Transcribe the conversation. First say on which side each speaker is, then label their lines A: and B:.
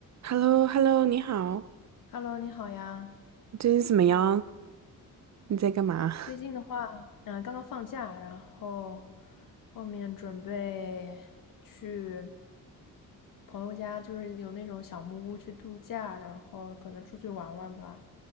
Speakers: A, on the right; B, on the left.
A: h e l l o h e l l o 你好，
B: Hello，你好呀。
A: 你最近怎么样？你在干嘛？<laughs>
B: 最近的话，嗯、刚刚放假，然后后面准备去朋友家，就是有那种小木屋去度假，然后可能出去玩玩吧。